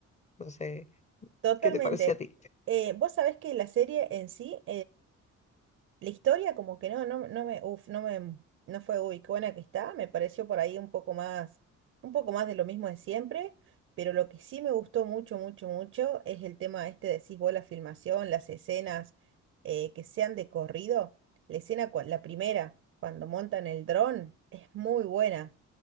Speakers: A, on the left (about 25°); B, on the right (about 50°).
A: No sé,
B: Totalmente.
A: ¿qué te parece a ti?
B: Eh, vos sabés que la serie en sí, La historia como que no, no, no me, uf, no me, no fue uy, qué buena que está, me pareció por ahí un poco más, un poco más de lo mismo de siempre, pero lo que sí me gustó mucho, mucho, mucho es el tema este, decís vos, la filmación, las escenas eh, que sean de corrido, la escena, cua- la primera, cuando montan el dron, es muy buena,